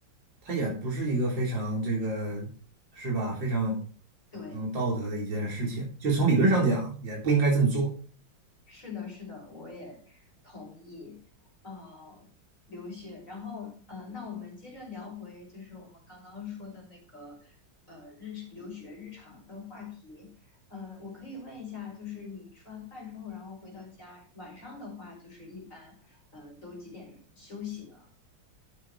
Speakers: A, on the right; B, on the left.
A: 它也不是一个非常这个是吧？非常
B: 对。
A: 嗯道德的一件事情。就从理论上讲，也不应该这么做。
B: 是的，是的，我也同意。呃，留学，然后呃，那我们接着聊回就是我们刚刚说的那个呃日留学日常的话题。呃，我可以问一下，就是你吃完饭之后，然后回到家，晚上的话，就是一般呃都几点休息呢？